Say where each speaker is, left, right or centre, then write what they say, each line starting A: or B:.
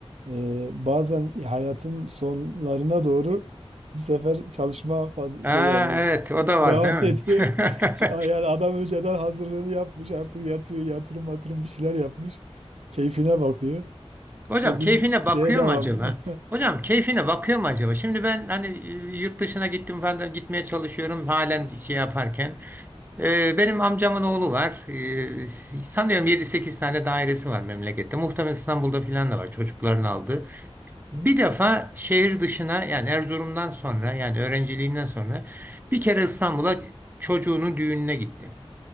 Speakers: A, on the right; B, on the right.
A: Ee, bazen hayatın sonlarına doğru bu sefer çalışma faz
B: Aa,
A: şey yani
B: evet o
A: durumu
B: da var
A: devam
B: değil mi?
A: <laughs> ediyor.
B: <laughs>
A: Ki- Yani adam önceden hazırlığını yapmış artık yatıyor yatırım matırım bir şeyler yapmış. Keyfine bakıyor. İşte
B: Hocam keyfine
A: biz
B: bakıyor
A: şeye devam.
B: mu acaba?
A: <laughs>
B: Hocam keyfine bakıyor mu acaba? Şimdi ben hani e, yurt dışına gittim falan da gitmeye çalışıyorum halen şey yaparken. Ee, Benim amcamın oğlu var. Ee, Sanıyorum yedi sekiz tane dairesi var memlekette. Muhtemelen İstanbul'da filan da var çocukların aldığı. Bir defa şehir dışına yani Erzurum'dan sonra yani öğrenciliğinden sonra bir kere İstanbul'a çocuğunun düğününe gitti.